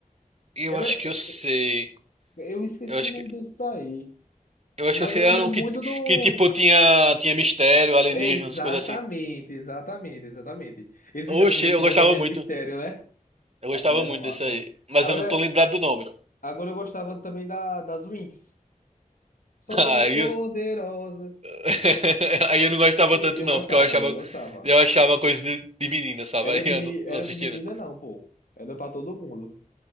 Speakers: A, on the right; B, on the left.
A: Eu
B: Era,
A: acho que
B: é-
A: eu sei.
B: eu esqueci
A: Eu acho
B: o nome
A: que
B: desse daí.
A: eu
B: Mas
A: acho que eu sei.
B: eu
A: Era
B: lembro
A: um que,
B: muito do.
A: que tipo tinha tinha mistério, alienígenas,
B: É, exatamente,
A: coisas assim.
B: exatamente, exatamente. Ele ficava
A: Oxe,
B: meio
A: eu
B: que
A: gostava
B: resolvendo
A: muito.
B: mistério, né?
A: Eu
B: Aquele
A: gostava
B: era
A: muito
B: massa,
A: desse aí.
B: né?
A: Mas
B: Agora,
A: eu não tô lembrado do nome.
B: agora eu gostava também da, das Winx. Somos
A: <laughs> Aí
B: poderosas.
A: eu <laughs> Aí eu não gostava tanto,
B: Eu
A: não,
B: gostava,
A: porque eu achava,
B: eu gostava.
A: eu achava coisa de, de menina, sabe?
B: Era
A: <laughs> Aí
B: de,
A: eu
B: meni-
A: não,
B: era
A: não assistia,
B: de menina,
A: não.
B: não, pô. Era pra todo mundo.